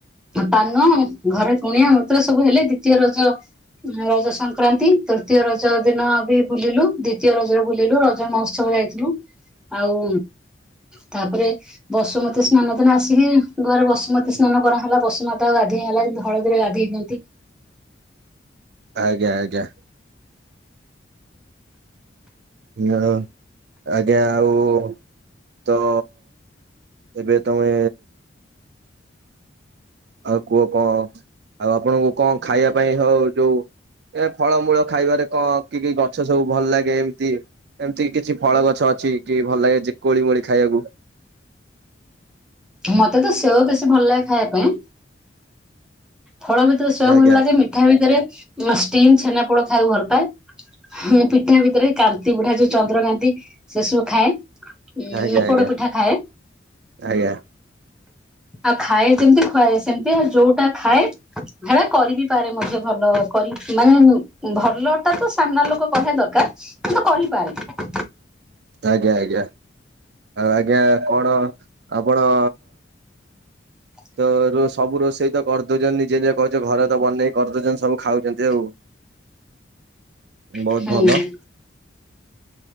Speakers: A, in the centre; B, on the right.
A: ପାନ ଘରେ କୁଣିଆ ମୈତ୍ର ସବୁ ହେଲେ ଦ୍ଵିତୀୟ ରଜ ରଜ ସଂକ୍ରାନ୍ତି ତୃତୀୟ ରଜ ଦିନ ବି ବୁଲିଲୁ ଦ୍ଵିତୀୟ ରଜରେ ବୁଲିଲୁ ରଜ ମହୋତ୍ସବ ଯାଇଥିଲୁ। ଆଉ ତାପରେ ବସୁମତୀ ସ୍ନାନ ଦିନ ଆସିକି ଘରେ ବସୁମତୀ ସ୍ନାନ କରାହେଲା ବସୁମାତା ଗାଧିଆ ହେଲା। ହଳଦୀରେ ଗାଧେଇ ଦିଅନ୍ତି।
B: ଆଜ୍ଞା ଆଜ୍ଞା। ହଁ ଆଜ୍ଞା ଆଉ ତ ଏବେ ତମେ ଆଉ କୁହ କଣ ଆଉ ଆପଣଙ୍କୁ କଣ ଖାଇବା ପାଇଁ ହଉ ଯୋଉ ଏ ଫଳମୂଳ ଖାଇବାରେ କଣ କି କି ଗଛ ସବୁ ଭଲ ଲାଗେ ଏମିତି? ଏମିତି କି କିଛି ଫଳ ଗଛ ଅଛି କି ଭଲ ଲାଗେ ଯେ କୋଳି ମୋଳି ଖାଇବାକୁ?
A: ମତେ ତ ସେଓ ବେଶୀ ଭଲ ଲାଗେ ଖାଇବା ପାଇଁ। ଫଳ ଭିତରେ ସେଓ
B: ଆଜ୍ଞା
A: ଭଲ ଲାଗେ, ମିଠା ଭିତରେ ଷ୍ଟିମ୍ ଛେନାପୋଡ ଖାଇବାକୁ ଭଲ ପାଏ। ହ ପିଠା ଭିତରେ କାନ୍ତି ପିଢା, ଯୋଉ ଚନ୍ଦ୍ରକାନ୍ତି ସେ ସବୁ ଖାଏ। ଉଁ
B: ଆଜ୍ଞା
A: ଉଁ ପୋଡପିଠା
B: ଆଜ୍ଞା
A: ଖାଏ।
B: ଆଜ୍ଞା
A: ଆଉ ଖାଏ ଯେମିତି, ଖୁଆଏ ସେମତି, ଆଉ ଯୋଉଟା ଖାଏ ହେରା କରିିବି ପାରେ ମଧ୍ୟ ଭଲ କରି, ମାନେ ଭଲ ଟା ତ ସାମ୍ନା ଲୋକ କହିବା ଦରକାର କିନ୍ତୁ କରିପାରେ।
B: ଆଜ୍ଞା ଆଜ୍ଞା, ଆଉ ଆଜ୍ଞା କଣ ଆପଣ
A: <unintelligible>
B: ତ ର ସବୁ ରୋଷେଇ ତ କରିଦଉଚନ୍ତି, ନିଜେ ନିଜେ କହୁଛ ଘରେ ତ ବନେଇ କରିଦଉଚନ୍ତି, ସବୁ ଖାଉଛନ୍ତି ଆଉ।
A: <unintelligible>
B: ବହୁତ୍
A: ହୁଁ
B: ଭଲ।